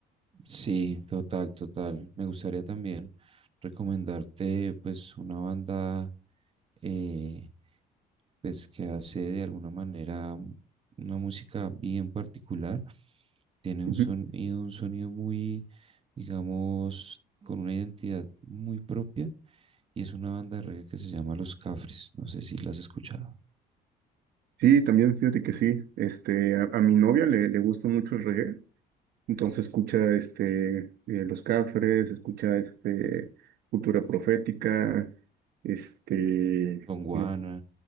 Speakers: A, on the right; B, on the right.
A: Sí, total, total. Me gustaría también recomendarte pues una banda eh, pues que hace de alguna manera un- una música bien particular. Tiene un
B: Ujú.
A: sonido, un sonido muy, digamos, con una identidad muy propia y es una banda de reggae que se llama Los Cafres. No sé si la has escuchado.
B: Sí, también fíjate que sí, este, a, a mi novia le, le gusta mucho el reggae, entonces escucha este, eh, Los Cafres, escucha este, Cultura Profética, este,
A: Con Guana,
B: una-